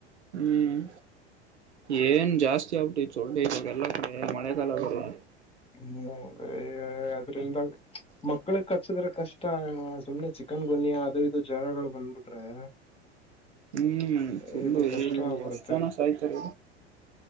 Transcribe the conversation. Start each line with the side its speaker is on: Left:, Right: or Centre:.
Right: ಹ್ಮ್ ಏನ್ ಜಾಸ್ತಿ ಆಗ್ಬಟು ಚೊಳ್ಳೆ ಇವಾಗ ಎಲ್ಲಾ ಕಡೆ ಮಳೆಗಾಲ ಕ
Left: ಹ್ಮ್ೇ ಅದ್ರಂದ ಮಕ್ಳಗ್ ಹಚ್ಚದ್ರೆ ಕಷ್ಟ ಸುಮ್ನೆ ಚಿಕನ್ ಗೊನಯಾ ಅದು ಇದು ಜ್ವರಗಳು ಬಂದ್ಬಿಟ್ರೆ <unintelligible>
Right: ಹ್ಮ್ ಚುಳ್ಳು
Left: ಹೆವಿ ಕಷ್ಟ
Right: ಹೇಳಲ್ಲಿ
Left: ಆಗ್ಬಿಡುತ್ತೆ
Right: ಎಷ್ಟು ಜನ ಸ ಆಾಯ್ತಾರೆ